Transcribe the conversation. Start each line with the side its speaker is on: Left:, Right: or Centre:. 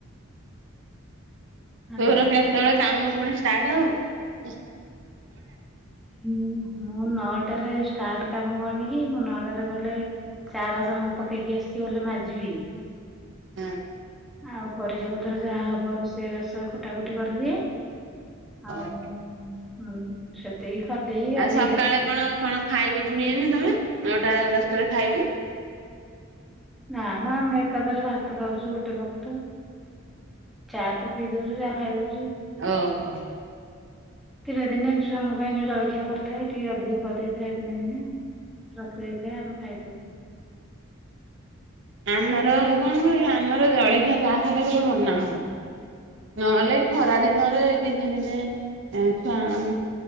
Centre: ହ୍ୟାଲୋ
Right: ତୋର କେତେବେଳେ କାମ ପୁଣି ଷ୍ଟାର୍ଟ ହବ ଉଁ।
Centre: ହୁଁ ମୁଁ ନଅଟାରେ ଷ୍ଟ ଷ୍ଟାର୍ଟ କାମ କଣିକି ମୁଁ ନଅଟାରେ ଗଲେ ଚା ବାସନ ପକେଇକି ଆସିଚି ଗଲେ ମାଜବି।
Right: ହୁଁ।
Centre: ଆଉ ପରିବା ପତର ଯାହା ହବ ରୋଷେଇବାସ କଟାକୁଟି କରିଦିଏ। ଆଉ
Right: ଓହୋ
Centre: ଉଁ ହୁଁ ସେତିକି କରିଦେଇକି ଗାଧେଇ
Right: ଆଉ ସକାଳେ
Centre: ଆସେ
Right: କଣ କଣ ଖାଇବ ପୁଣି ଏଇନେ ତମେ ନଅଟା ଦଶଟାରେ ଖାଇବନି?
Centre: ନା ମ ଆମେ ଏକାଥରେ ଭାତ ଖାଉଚୁ ଗୋଟେ ବକ୍ତ। ଚା ତ ପିଇ ଦୋଉଚୁ ଯାହା ଖାଇ ଦୋଉଚୁ।
Right: ଓହୋ।
Centre: ତୀନେ ଦିନେ ଛୁଆଙ୍କ ପାଇଁ ଯୋଉ ଜଳଖିଆ କରିଥାଏ ଟିକେ ଅଧିକ କରିଦେଇଥାଏ ଦିନେ ରଖି ଦେଇଥାଏ ଆମେ ଖାଇଦୋଉ।
Right: ଆମର କଣ କହିଲ ଆମର ଜଳିଖିଆ ଯାହାହେଲେ ଗୋଟେ ବନା ହବ। ନହେଲେ ଖରା ଦିନରେ ଦିନେ ଦିନେ ଏ ଛୁଆ ଆମ୍